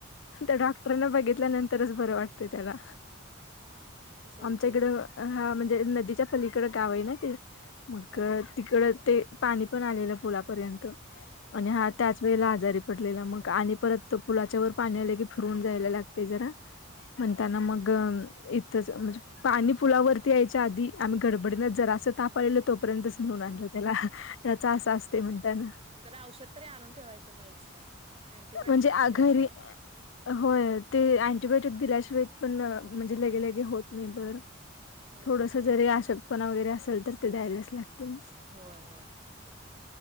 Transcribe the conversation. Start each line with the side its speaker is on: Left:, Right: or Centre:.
Left: त्या डॉक्टरन बघितल्यानंतर तरच बर वाटत त्याला
Right: तसं होतंय
Left: आमच्याकड ह म्हणजे नदीच्या पलकड गाव आहे ना ते मग
Right: हा हा
Left: तिकड ते पाणी पण आलेलं पुलापर्यंत. आणि हा त्याच वेळेला आजारी. पटलेला मग आणि परत पुलाच्या व पाणी आले की फिरवून जायला लागते जरा. म्हणताना
Right: हा.
Left: मग इथच म्हणजे पाणी पुलावरती यायच्या आधी आम्ही गडबडीन जराच ताप आलेल तोपर्यंतच नेऊन आणलं त्याला त्या अस असते म्हणताना
Right: नंतर औषध तरी आणून ठेवायचं मग एक्स्ट्रा अँटीबायोटिक
Left: म्हणजे
Right: लागतेच
Left: घरी
Right: थोडं.
Left: होय ते अँटीबायोटिक दिल्याशिवाय. पण म्हणजे लगे लगे होत नाही बर
Right: हम्म
Left: थोडस जरी अशकपणा वगैरे असेल तर द्यायलाच लागते मग
Right: होय होय